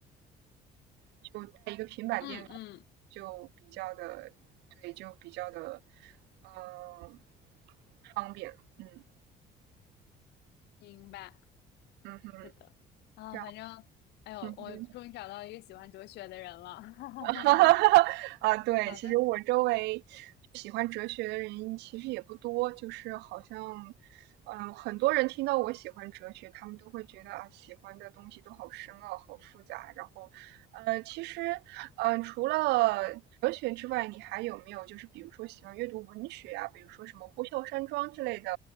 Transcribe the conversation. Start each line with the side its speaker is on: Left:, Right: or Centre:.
Right: 就带一个平板电脑，
Left: 嗯嗯，
Right: 就比较的对，就比较的嗯、方便。嗯
Left: 明白，
Right: 嗯哼，
Left: 是的，啊，
Right: 然后
Left: 反正，哎呦，
Right: 嗯哼。
Left: 我终于找到一个喜欢哲学的人了。<laughs> 哈哈哈哈。
Right: <laughs> 哈哈哈哈啊，对，
Left: 好的。
Right: 其实我周围喜欢哲学的人其实也不多，就是好像，嗯，很多人听到我喜欢哲学，他们都会觉得啊，喜欢的东西都好深奥、好复杂。然后，呃，其实，嗯，除了哲学之外，你还有没有就是比如说喜欢阅读文学啊，比如说什么《呼啸山庄》之类的，